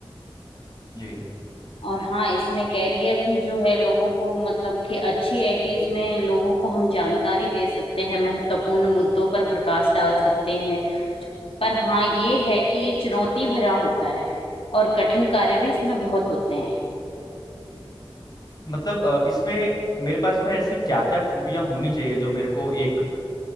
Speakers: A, on the left (about 45°); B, on the left (about 75°).
A: जी
B: और हाँ इसमें कैरियर भी जो है लोगों को मतलब कि अच्छी है कि इसमें लोगों को हम जानकारी दे सकते हैं महत्वपूर्ण मुद्दों पर प्रकाश डाल सकते हैं पर हाँ ये है कि ये चुनौती भरा होता है और कठिन कार्य भी इसमें बहुत होते हैं
A: मतलब अ, इसमें मेरे पास में ऐसी क्या क्या खूबियाँ होनी चाहिए जो मेरे को एक